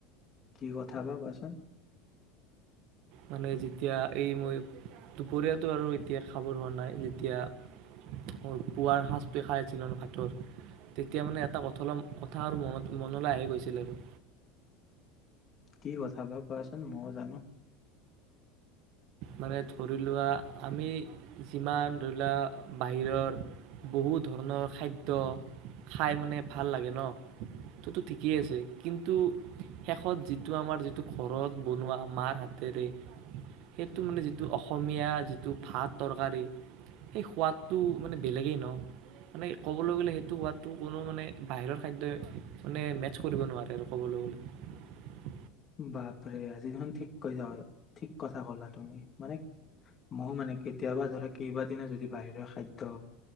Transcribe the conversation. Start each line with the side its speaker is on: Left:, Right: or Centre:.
Left: কি কথা বা কোৱাচোন।
Right: মানে যেতিয়া এই মই দুপৰীয়াটো আৰু এতিয়া খাব হোৱা নাই যেতিয়া ম পুৱাৰ সাজটো খাইছিলো হাতৰ তেতিয়া মানে এটা কঠ কথা আৰু মনত মনলৈ আহে গৈছিল আৰু।
Left: কি কথা বা কোৱাচোন ময়ো জানো।
Right: মানে ধৰি লোৱা আমি যিমান ধৰি লোৱা বাহিৰৰ বহু ধৰণৰ খাদ্য খাই মানে ভাল লাগে ন' ত'তো ঠিকেই আছে কিন্তু শেষত যিটো আমাৰ যিটো ঘৰত বনোৱা মাৰ হাতেৰে সেইটো মানে যিটো অসমীয়া যিটো ভাত তৰকাৰী সেই সোৱাদটো মানে বেলেগেই ন' মানে ক'বলৈ গ'লে সেইটো সোৱাদটো কোনো মানে বাহিৰৰ খাদ্যই মানে মেটচ কৰিব নোৱাৰে আৰু ক'বলৈ গ'লে।
Left: বাপৰে আজি দেখোন ঠিক কৈ যা ঠিক কথা ক'লা তুমি মানে ময় মানে কেতিয়াবা ধৰা কেইবাদি যদি বাহিৰৰে খাদ্য